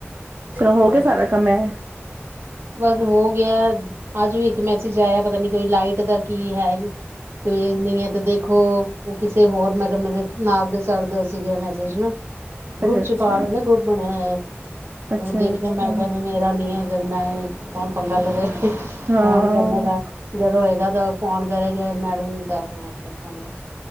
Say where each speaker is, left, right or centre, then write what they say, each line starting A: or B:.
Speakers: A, on the right; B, on the right.
A: ਚਲੋ
B: ਹੋਰ-
A: ਹੋ ਗਿਆ ਸਾਰਾ ਕੰਮ ਐ,
B: ਬਸ ਹੋ ਗਿਆ ਅੱਜ ਵੀ ਇੱਕ ਮੈਸੇਜ ਆਇਆ ਪਤਾ ਨੀ ਕੋਈ ਲਾਈਟ ਦਾ ਕੀ ਹੈ ਵੀ ਕੋ ਨਹੀਂ ਹੈ ਤੇ ਦੇਖੋ ਕਿਸੇ ਹੋਰ ਮੈਰੇ ਮੇਰੇ ਨਾਲ ਦੱਸ ਸੀਗਾ ਮੈਸੇਜ ਨਾ ਗਰੁੱਪ
A: ਅੱਛਾ-ਅੱਛਾ,
B: ਚ ਪਾ ਦੇਦੇ ਗਰੁੱਪ ਬਣਿਆ ਹੋਇਆ।
A: ਅੱਛਾ-ਅੱਛਾ,
B: ਉਹ ਦੇਖਿਆ ਮੈਂ ਕਿ ਮੇਰਾ ਨੀ ਏ ਮੈਂ ਕੋਣ ਪੰਗਾ ਲਵੇ
A: ਹਾਂ।
B: ਫੋਨ ਕਰਨੇਗਾ ਜਦੋਂ ਹੋਏਗਾ ਤਾਂ ਫੋਨ ਕਰੇਗਾ ਮੈਡਮ ਨੂੰ ਤਾਂ ਆਪਣੇ ਆਪ ਦੇਖਾਂਗੇ